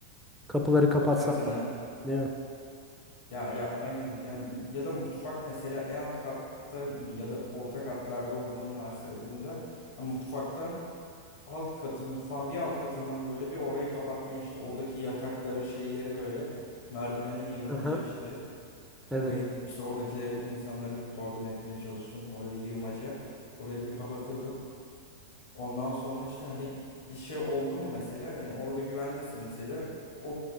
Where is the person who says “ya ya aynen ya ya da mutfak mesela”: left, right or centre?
Left